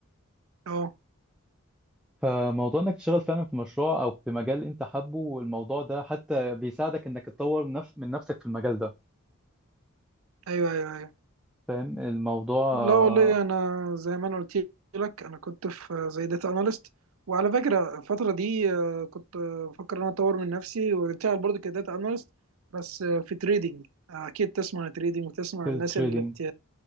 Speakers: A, on the right; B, in the centre.
A: اه
B: فموضوع انك تشتغل فعلا في مشروع او في مجال انت حابه والموضوع ده حتى بيساعدك انك تطور نفس من نفسك في المجال ده
A: ايوه ايوه ايوه
B: فاهم الموضوع
A: لا والله
B: آه،
A: انا زي ما انا قلت لك انا كنت في زي داتا اناليست وعلى فكره الفتره دي آه، كنت بفكر ان انا اطور من نفسي واشتغل برضه كداتا اناليست بس آه، في تريدينج اكيد تسمع عن تريدينج وتسمع
B: في
A: عن
B: التريدينج
A: الناس اللي بت...